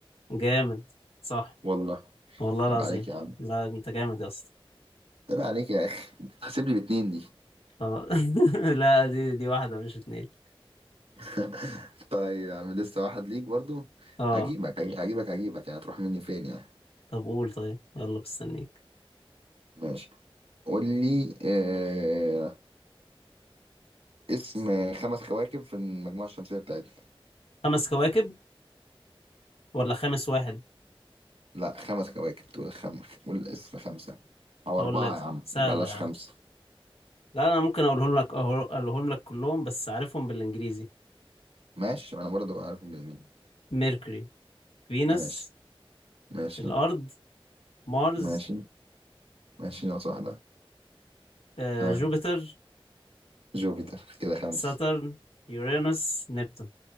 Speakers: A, on the left (about 90°); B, on the right (about 80°).
A: جامد صح
B: والله
A: والله العظيم
B: عيب عليك يا عم
A: لا أنت جامد يا اسطى
B: عيب عليك يا اخي هسيب لي باتنين دي
A: خلاص. <laughs> لا دي دي واحدة مش اتنين
B: <laughs> طيب يا عم لسه واحد ليك برضو
A: اه
B: هجيبك هجي- هجيبك هجيبك يعني هتروح مني فين يعني
A: طب قول طيب يلا مستنيك
B: ماشي قول لي آه اسم خمس كواكب في المجموعة الشمسية بتاعتنا
A: خمس كواكب ولا خامس واحد
B: لا خمس كواكب تقول خم قول اسم خمسة أو
A: أقول
B: أربعة
A: لك
B: يا عم
A: سهلة
B: بلاش
A: يا عم
B: خمسة
A: لا أنا ممكن أقولهم لك أهو- أقولهم لك كلهم بس عارفهم بالإنجليزي
B: ماشي ما أنا برضو عارف منين
A: ميركوري فينوس
B: ماشي ماشي
A: الأرض مارس
B: ماشي ماشي ناقص واحدة
A: آه،
B: ها
A: جوبيتر
B: جوبيتر كده خمس
A: ساترن يورانوس نبتون